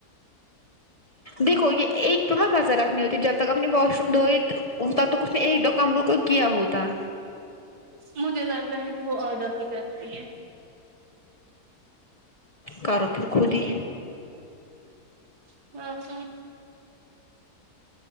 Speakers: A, on the left; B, on the right.
A: دیکھو یہ ایک پر مت نظر رکھنی ہوتی ہے جب تک اپنی واش روم دھوئی تب تک اس نے ایک دو کمروں کو کیا ہوتا
B: مجھے لگتا ہے کہ وہ اڈر ہی کرتی ہے
A: کرو پھر خود ہی
B: <unintelligible>